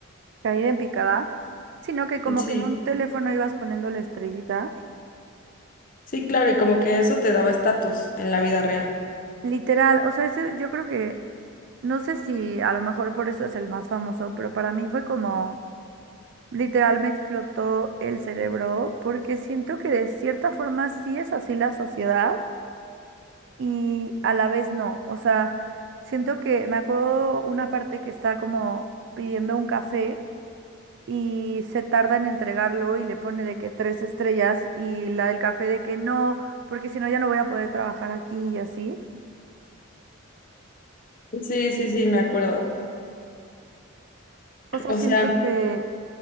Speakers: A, on the right; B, on the left.
A: caída en picada, sino que como
B: Sí,
A: que en un teléfono ibas poniéndole estrellitas.
B: sí, claro, y como que eso te daba estatus en la vida real.
A: Literal, o sea, ese yo creo que, no sé si a lo mejor por eso es el más famoso, pero para mí fue como, literal me explotó el cerebro porque siento que de cierta forma sí es así la sociedad y a la vez no. O sea, siento que me acuerdo una parte que está como pidiendo un café. y se tarda en entregarlo y le pone de que tres estrellas y la del café de que no, porque si no ya no voy a poder trabajar aquí y así.
B: Sí, sí, sí, me acuerdo.
A: O sea,
B: O
A: siento
B: sea,
A: que,